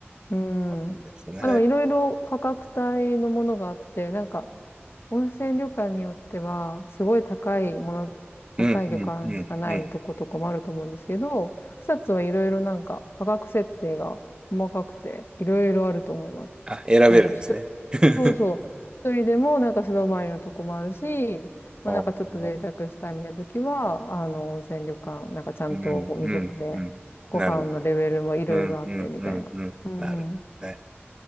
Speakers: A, on the left (about 60°); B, on the right (about 20°).
A: うん。
B: そうなんですね。
A: まあ、でもいろいろ価格帯のものがあって、なんか、温泉旅館によっては、すごい高いもの、高い旅館しかないとことかもあると思うんですけど、
B: うん、うん、うん、うん。
A: 草津はいろいろなんか価格設定が細かくて、いろいろあると思います。
B: あ、選べるんですね。
A: なんか人、
B: <laughs>
A: そうそう、一人でもなんか素泊まりのとこもあるし、まあなんかちょっと贅沢したいみたいな時は、
B: おー
A: あの、温泉旅館、なんかちゃんと2食で、
B: うん、うん、うん。
A: ご飯のレベルもいろいろあってみたいな。
B: なるほど。うん、うん、うん、うん。
A: うんうん。
B: なるほどね。